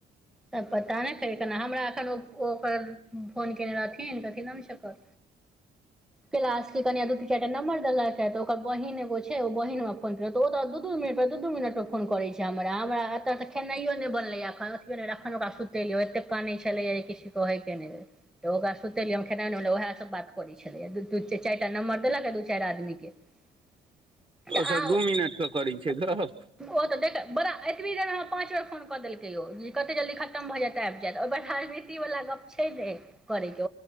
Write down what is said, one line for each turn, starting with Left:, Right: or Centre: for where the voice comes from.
Centre: तब पता नय छलै तऽन हमरा एखन ओ ओकर फोन केने रहथिन तऽ की अथी नाम छलय कैलाश के कनियां दू तीन चारिटा नम्बर देलथि हे तऽ ओकर बहिन ओछै ओ बहिन अपन रहय तऽ ओ दऽ दू दू मिनट पर दू दू मिनट मे फोन करै छै हमरा हमरा एतऽ तऽ खेनाइयो नय बनलै एखन फेर अखन ओकरा सुतेलियै एतेक कानय छलैए जे किछु कहे के नय र तऽ ओकरा सुतेलिय हम खेनाइ नै उएहसँ बात करै छलैए दूू चारिटा नम्बर देलक हें दू चारि आदमीके <inaudible>
Right: ओसभ
Centre: अहाँ
Right: दू मिनट कऽ करै छै गप
Centre: ओ तऽ देतऽ बड़ा एतबी देर मे पाँच बेर फोन कऽ देलकै यौ कते जल्दी खतम भऽ जायत आबिजायत ओहिर राजनीति वला गप्प छै नय करै के